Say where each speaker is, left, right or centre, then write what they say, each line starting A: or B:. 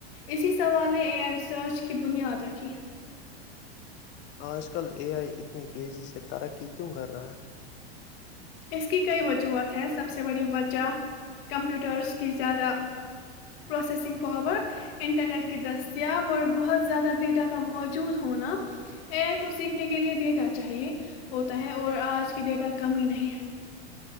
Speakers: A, on the left; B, on the left.
A: اسی سوال نے ایئر ریسرچ کی بنیاد رکھی
B: آج کل اے آئی اتنی تیزی سے ترقی کیوں کر رہا ہے
A: اس کی کئی وجوہات ہیں سب سے بڑی وجہ کمپیوٹرس کی زیادہ پروسیسنگ پاور انٹرنیٹ کی دستیاب اور بہت بہت زدہ ڈیٹا کام موجود ہونا ایک ک س کے لیے ڈیٹا چاہیے ہوتا ہے اور آج کی ڈیٹا کم ہی نہیں